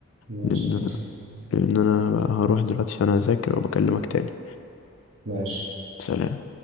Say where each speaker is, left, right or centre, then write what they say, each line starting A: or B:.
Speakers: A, on the right; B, on the left.
A: مش
B: لأن
A: انت
B: أنا
A: كسبت
B: لأن أنا بقى هروح دلوقتي عشان أذاكر وبكلمك تاني
A: ماشي
B: سلام